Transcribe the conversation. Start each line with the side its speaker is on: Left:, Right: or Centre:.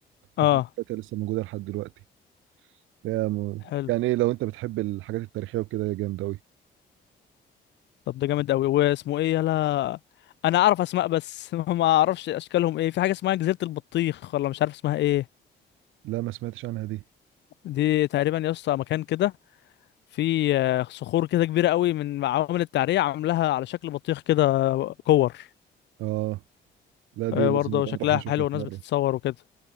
Right: الحفريات
Left: اه
Right: بتاعتها لسه موجودة لحد دلوقتي يا مو...
Left: حلو
Right: يعني ايه لو انت بتحب الحاجات التاريخية وكده يا جامد اوي
Left: طب ده جامد قوي واسمه ايه يلا انا اعرف اسماء بس <laughs> ما اعرفش اشكالهم ايه في حاجه اسمها جزيره البطيخ ولا مش عارف اسمها ايه
Right: لا ما سمعتش عنها دي
Left: دي تقريبا يا اسطى مكان كده في آه، صخور كده كبيره قوي من عوامل التعريه عاملاها على شكل بطيخ كده كور
Right: اه لا دي
Left: آه،
Right: لازم
Left: برضه
Right: نبقى
Left: شكلها
Right: نروح نشوفها
Left: حلو
Right: في
Left: والناس
Right: مرة
Left: بتتصور وكده